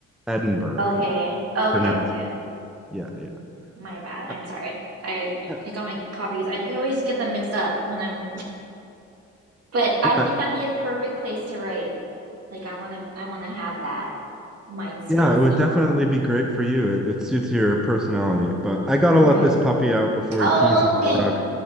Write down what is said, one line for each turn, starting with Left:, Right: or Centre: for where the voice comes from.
Centre: Edinburgh.
Right: Okay. Okay.
Centre: Pronounced.
Right: Okay.
Centre: Yeah, yeah.
Right: My bad. I'm
Centre: Uh,
Right: sorry. I
Centre: uh,
Right: I got my coffees. I can always get them mixed up when I'm. But
Centre: Yeah,
Right: I think that'd be a perfect place to write. Like I want to. I want to have that mind space.
Centre: yeah, it would
Right: You
Centre: definitely
Right: know.
Centre: be great for you. It, it suits your personality, but I gotta let
Right: Right.
Centre: this puppy out before
Right: Oh,
Centre: he pees on
Right: okay.
Centre: my rug.